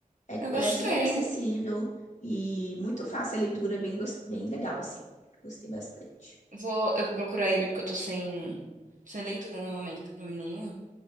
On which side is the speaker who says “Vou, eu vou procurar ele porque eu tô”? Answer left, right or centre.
Right